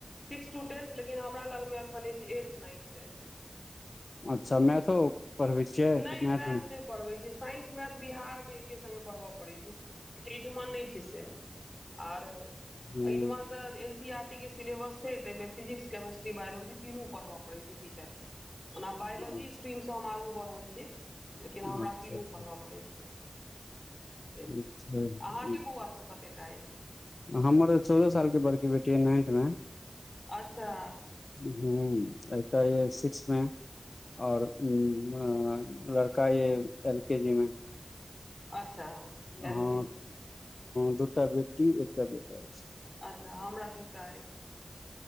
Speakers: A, on the left; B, on the left.
A: सिक्सथ टू टेन्थ लेकिन हमरा लगमे एखन छै एथ नाइन्थ टेन्थ
B: अच्छा मैथो पढ़बै छियै
A: नहि
B: की मैथ नइ
A: नहि पढ़बै छै साइंस मैथ बिहारमे एके संगे पढ़बय पड़ैत छै एहिठमान नहि छै से आर एहिठमन
B: हूँ
A: तऽ एन सी आर टी के सिलेबस छै ताहिमे फिजिक्स केमेिस्ट्री बायलॉजी पढ़य पड़ैत छै टीचर के ओना बायोलॉजी
B: अच्छा
A: स्ट्रीम सँ हम आगू बढ़ल छियै लेकिन हमरा
B: अच्छा
A: तीनू
B: अच्छा
A: पढ़बय पड़ै छै से छै
B: अच्छा।
A: अहाँके बौआ सब कतेटा अइ
B: हमर चौदह सालके बड़की बेटी अइ नाइन्थ मे
A: अच्छा
B: हँ, एकटा एहि सिक्स मे। आ ओ लड़का एल के जी मे।
A: अच्छा एल
B: हँ,
A: के जी मे
B: दूटा बेटी आ एकटा बेटा अछि।
A: अच्छा हमरा दूटा अछि।